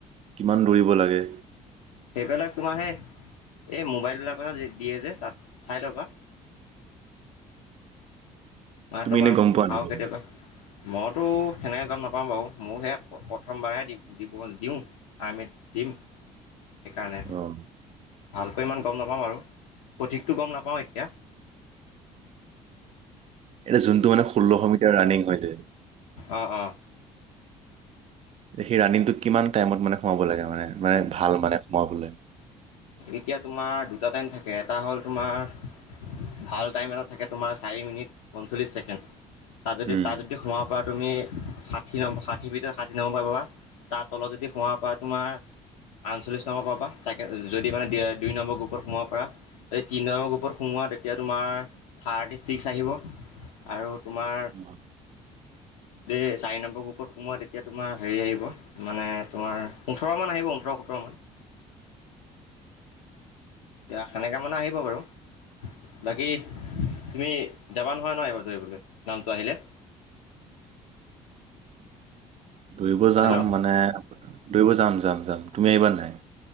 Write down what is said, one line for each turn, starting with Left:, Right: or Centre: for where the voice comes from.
Right: কিমান দৌৰিব লাগে।
Left: সেইবিলাক তোমাৰ সেই এই মোবাইলবিলাৰ দিয়ে যে তাত চাই লবা। ম
Right: তুমি
Left: তোমাৰ
Right: এনে গম পোৱা
Left: পাওঁকেতিয়াবা
Right: নেকি?
Left: প মইতো সেনেকে গম নাপাওঁ বাও, মোকহে প্ৰথমবাৰহে দিব দিওঁ আৰ্মিত দিম।
Right: <inaudible>
Left: সেই কাৰণে।
Right: অ',
Left: ভালকৈ ইমান গম নাপাওঁ আৰু সঠিকটো গম নাপাওঁ এতিয়া।
Right: এতিয়া যোনটো মানে ষোল্লশ মিটাৰ ৰাণিং হৈ য
Left: অঁ অঁ
Right: সেই ৰানিংটো কিমান টাইমত মানে সোমাব লাগে মানে মানে ভাল মানে সোমাবলে।
Left: এতিয়া তোমাৰ দুটা টাইম থাকে এটা হ'ল তোমাৰ ভাল টাইম এটা থাকে তোমাৰ চাৰি মিনিট পঞ্চল্লিছ ছেকেণ্ড। তাত যদি
Right: উম।
Left: তাত যদি সোমাব পৰা তুমি ষাঠি ন ষাঠি ভিতৰত ষাঠি নহ প পাবা তাৰ তলত যদি সোমাব পাৰা তোমাৰ আনচল্লিছ নাম্বাৰ পাবা চাই যদি মানে দুই নম্বৰ গ্ৰুপত সোমাব পাৰা য তিনি নম্বৰ গ্ৰুপত সোমোৱা তেতিয়া তোমাৰ থাৰ্টি আহিব আৰু তোমাৰ
Right: অ,
Left: দেই চাৰি নম্বৰ ওপৰত সোমোৱা তেতিয়া তোমাৰ হেৰি আহিব মানে তোমাৰ ওঠৰমান আহিব ওঠৰ সোতৰমান। এতিয়া সেনেকাে মানে আহিব বাৰু। বাকী তুমি যাবা নহয় ন এবাৰ দৌৰিবলৈ নামটো আহিলে?
Right: <unintelligible> দৌৰিব যাম
Left: হেল্ল'
Right: মানে দৌৰিব যাম যাম যাম তুমি আহিবা নাই।